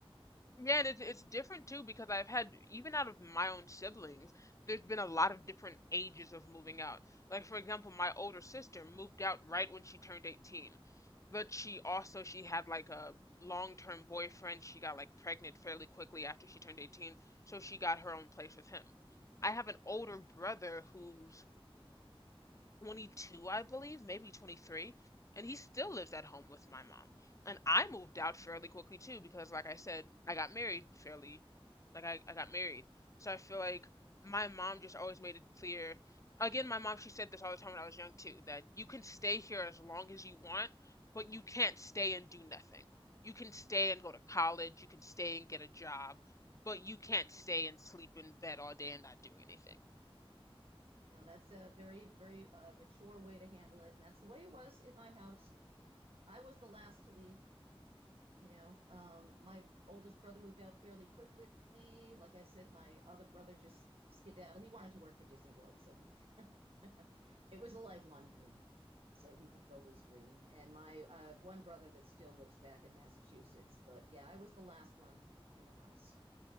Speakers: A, on the left (about 35°); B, on the right (about 75°).
A: Yeah, and it's it's different too because I've had even out of my own siblings, there's been a lot of different ages of moving out. Like for example, my older sister moved out right when she turned 18. But she also she had like a long-term boyfriend. She got like pregnant fairly quickly after she turned 18, so she got her own place with him. I have an older brother who's 22, I believe, maybe 23, and he still lives at home with my mom. And I moved out fairly quickly too because like I said, I got married fairly like I, I got married. So I feel like my mom just always made it clear. Again, my mom, she said this all the time when I was young too, that you can stay here as long as you want, but you can't stay and do nothing. You can stay and go to college, you can stay and get a job, but you can't stay and sleep in bed all day and not do anything.
B: Now that's a very, very uh, mature way to handle it, and that's the way it was in my house. I was the last to leave, you know. Um, my oldest brother moved out fairly quickly. Like I said, my other brother just skedaddled. He wanted to work for Disney World, so he did. <laughs> It was a lifelong dream. So he fulfilled his dream. And my uh, one brother that still lives back in Massachusetts. But yeah, I was the last one in the house